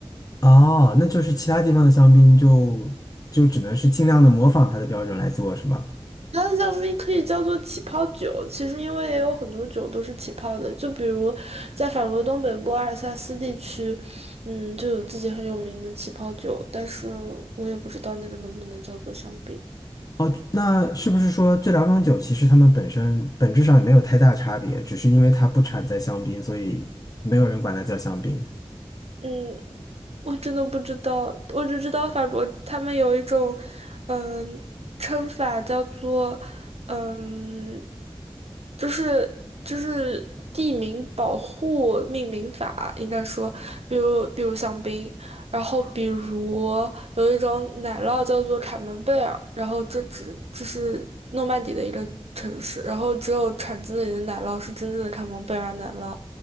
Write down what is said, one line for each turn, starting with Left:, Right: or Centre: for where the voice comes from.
Left: 哦，那就是其他地方的香槟就就只能是尽量的模仿它的标准来做，是吗？
Right: 它的香槟可以叫做起泡酒，其实因为也有很多酒都是起泡的，就比如在法国东北部阿尔萨斯地区，嗯，就有自己很有名的起泡酒，但是我也不知道那个能不能叫做香槟。
Left: 哦，那是不是说这两种酒其实它们本身本质上也没有太大差别，只是因为它不产在香槟，所以没有人管它叫香槟？
Right: 嗯，我真的不知道，我只知道法国他们有一种，嗯，称法叫做，嗯，就是就是地名保护命名法，应该说，比如比如香槟，然后比如有一种奶酪叫做卡门贝尔，然后这只这是诺曼底的一个城市，然后只有产自那里的奶酪是真正的卡门贝尔奶酪。